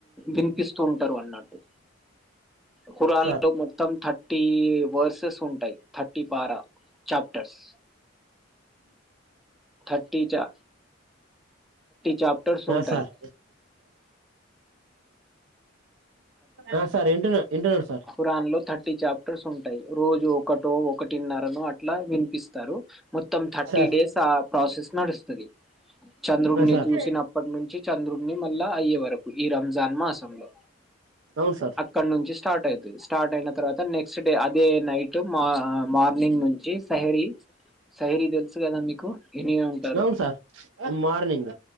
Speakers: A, in the centre; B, on the right (about 70°).
A: వినిపిస్తు ఉంటారు అన్నట్టు, ఖురాన్
B: సార్
A: లో మొత్తం థర్టీ వర్సెస్ ఉంటాయి, థర్టీ పార చాప్టర్స్ థర్టీ చా చాప్టర్స్
B: ఆ
A: ఉంటాయి.
B: సార్ ఆ సార్ వింటున్నా, వింటున్నాను సార్
A: కురాన్ లో థర్టీ చాప్టర్స్ ఉ రోజు ఒకటో ఒకటిన్నరనో అట్ల వినిపిస్తరు. మొత్తం థర్టీ
B: సార్
A: డేస్ ఆ ప్రాసెస్ నడుస్తది. చంద్రుడ్ని
B: ఆ సార్
A: చూసినప్పటి నుంచి చంద్రుడ్ని మళ్ళా అయ్యే వరకు ఈ రంజాన్ మాసంలో
B: అవును సార్
A: అక్కడ నుంచి స్టార్ట్ అయితది స్టార్ట్ అయిన తర్వాత నెక్స్ట్ డే అదే నైట్ మా మార్నింగ్ నుంచి సై రీత్ సైరీ తెలుసు కదా మీకు ఇని ఉంటరు.
B: అవును సార్ మార్నింగ్